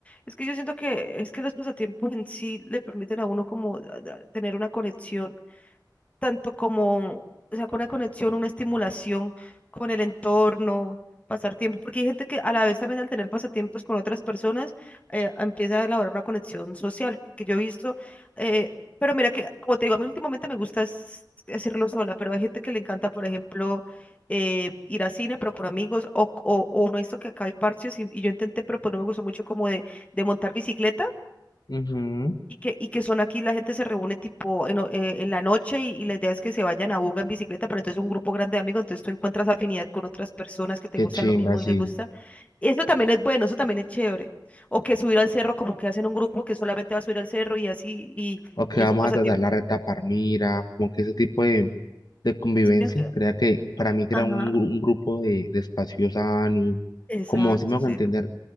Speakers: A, on the left; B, on the left.
A: es que yo siento que es que los pasatiempos en sí le permiten a uno como a- a tener una conexión tanto como, o sea, con una conexión, una estimulación con el entorno, pasar tiempo, porque hay gente que a la vez también al tener pasatiempos con otras personas, eh, empieza a elaborar una conexión social, que yo he visto, eh, pero mira que, como te digo, a mí últimamente me gusta es- hacerlo sola, pero hay gente que le encanta, por ejemplo, eh, ir a cine, pero con amigos, o, o, o no, esto que acá hay parches, y, y yo intenté, pero pues no me gustó mucho como de, de montar bicicleta,
B: Ujú.
A: y que, y que son aquí, la gente se reúne tipo en, o- eh, en la noche y, y la idea es que se vayan a Buga en bicicleta, pero entonces es un grupo grande de amigos, entonces tú encuentras afinidad con otras personas que te
B: Qué
A: gustan
B: chimba,
A: lo mismo
B: sí.
A: y les gusta. Eso también es bueno, eso también es chévere. O que subir al cerro, como que hacen un grupo que solamente va a subir al cerro y así, y,
B: O que
A: y es
B: vamos
A: un pasatiempo.
B: a tratar la reta parmira, como que ese tipo de, de convivencia,
A: chido que-
B: crea que para mí crea
A: Ajá,
B: un, gru- un grupo de, de espacio sano,
A: exacto.
B: como si me hago
A: O sea,
B: entender,